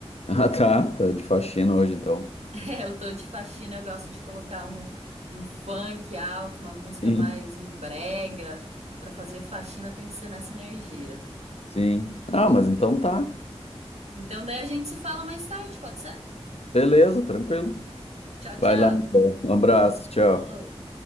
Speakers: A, on the left; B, on the right.
A: Ah, tá. Tá de faxina hoje, então.
B: <laughs> É, eu tô de faxina, eu gosto de colocar um, um funk alto, uma música
A: Sim,
B: mais um brega. Para fazer faxina tem que ser nessa energia.
A: sim. Ah, mas então tá.
B: Então, daí a gente se fala mais tarde, pode ser?
A: Beleza, tranquilo.
B: Tchau,
A: Vai
B: tchau.
A: lá, então. Um abraço, tchau.
B: Falou.